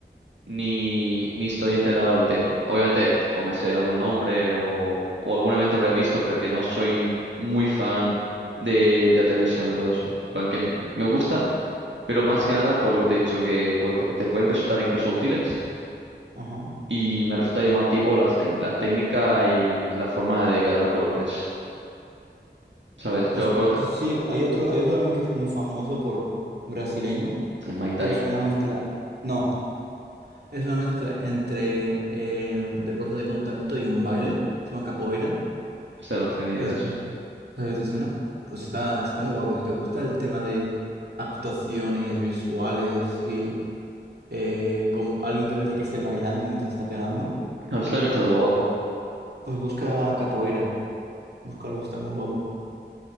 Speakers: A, on the right; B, on the right.
A: ni, ni estoy enterado del tema. Obviamente, pues me sé algún nombre o, o algún evento habré visto, pero que no soy muy fan de, de la televisión y todo eso. En plan, que m- me gustan, pero más que nada por lo que te he dicho, que pu- porque te pueden resultar incluso útiles
B: Ajá.
A: y me resulta llamativo las tec- la técnica y la forma de dar golpes, ¿sabes? Y
B: Pues
A: luego por otra,
B: sí, hay otro, hay otro también que es muy famoso por brasileño,
A: el Muay Thai.
B: que es una mezcla. No, es una mezcla entre eh, deporte de contacto y un baile. Se llama capoeira.
A: O sea, no tenía ni idea
B: Es,
A: de eso.
B: es una. Pues está, está muy guapo. Si te gusta el tema de actuaciones visuales y eh, como alguien que parece que esté bailando mientras está pegando.
A: <laughs> esto también está todo guapo.
B: Pues busca capoeira. Búscalo, está muy guapo.